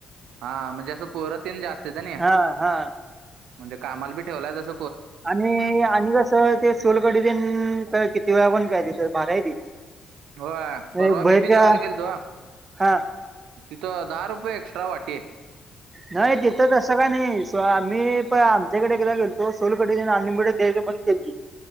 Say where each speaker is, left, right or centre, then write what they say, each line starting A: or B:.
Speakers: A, on the right; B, on the right.
A: हा म्हणजे असं पोरतीन जास्त येत ना
B: हा हा
A: म्हणजे कामाला बी ठेवलाय तस
B: आणि आणि कसं ते सोलकडी तेन किती वेळा पण प्या तिथ भारीय ती.
A: होय,
B: ते
A: परवा
B: बाहेरच्या
A: मी बी जेवायला गेलतो.
B: हा
A: तिथं, दहा रुपये एक्स्ट्रा वाटीय.
B: नाही तिथं तसं का नाही आम्ही प आमच्याकडे एकला गेलतो सोलकडी अनलिमिडेड द्यायला बंद केलती